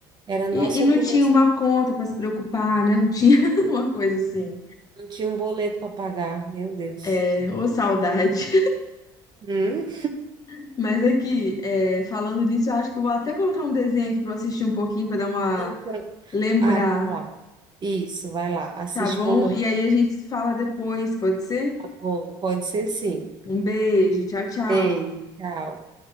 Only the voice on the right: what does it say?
Era a nossa
obrigação.
Não tinha um boleto para pagar, meu Deus.
Hum?
Então,
ah, vai lá. Isso, vai lá. Assiste
por não.
Tá bom, pode ser sim.
Beijo, tchau.